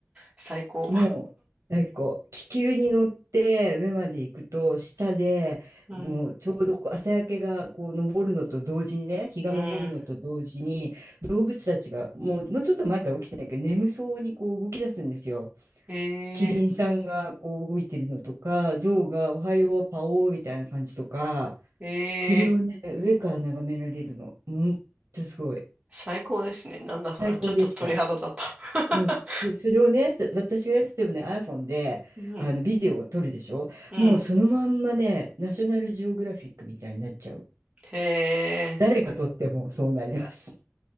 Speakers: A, on the right (about 25°); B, on the right (about 85°).
A: 最高。
B: もう、なんかこう、気球に乗って上まで行くと、下でもうちょうどこう朝焼けがこう昇るのと同時にね、
A: うん、
B: 日が昇るのと同時に、
A: うん、
B: 動物たちがもう、もうちょっと前から起きてないけど、眠そうにこう動き出すんですよ。
A: え
B: キリンさんがこう動いてるのとか、ゾウがおはよう、パオーみたいな感じとか、
A: ー、えー、
B: それをね、上から眺められるの。ほんとすごい。
A: 最高ですね。なんだそれは、
B: 最高でした。
A: ちょっと鳥肌だった。<laughs>
B: うん。それをね、た私が例えばね、iPhone であのビデオを撮るでしょ。
A: うん、うん、
B: もうそのまんまね、ナショナルジオグラフィックみたいになっちゃう。
A: へえ。
B: 誰が撮ってもそうなります。